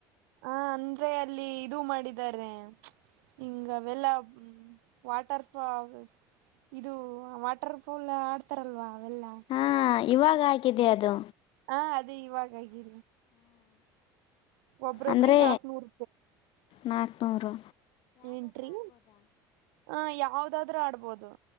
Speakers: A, on the right (about 80°); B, on the left (about 60°).
A: ಹ ಅಂದ್ರೆ ಅಲ್ಲಿ ಇದು ಮಾಡಿದ್ದಾರೆ ಇಂಗ ವಲ್ಲ ವಾಟರ್ಫಾಲ್ ಇದು ವಾಟರ್ ಪೂಲ್ ಆಡ್ತಾರಲ್ವಾ ಅವೆಲ್ಲಾ
B: ಹಾ ಇವಾಗ ಹಾಕಿದೆ ಅದು
A: ಹಾ ಅದೇ ಇವಾಗಗಿ ಒಬ್ರೊಬ್ರಿಗೆ
B: ಅಂದ್ರೆ
A: ನಾಕ್ನೂರು
B: ನಾಕ್ನೂರು
A: ಎಏಂಟ್ರಿ ಹ ಯಾವ್ದಾದ್ರೂ ಆಡ್ಬೋದು